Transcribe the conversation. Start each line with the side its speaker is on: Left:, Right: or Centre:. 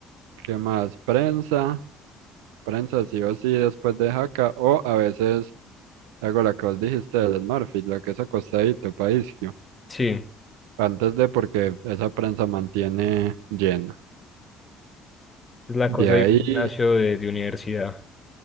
Right: ¿Qué más? Prensa. Prensa sí o sí después de jaca o a veces... Hago la que vos dijiste del Smurfit, la que es acostadito, paisio.
Left: Sí,
Right: Antes de porque esa prensa mantiene llena.
Left: es la
Right: De
Left: cosa
Right: ahí,
Left: de un gimnasio de, de universidad.